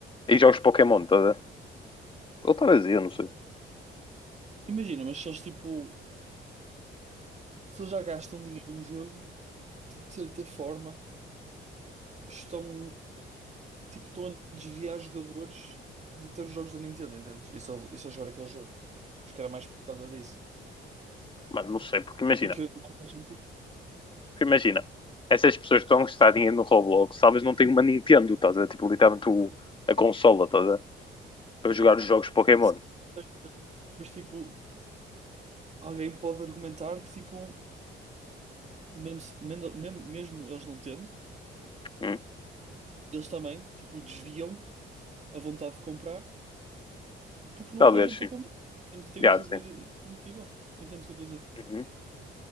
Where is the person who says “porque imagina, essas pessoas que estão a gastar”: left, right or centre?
Left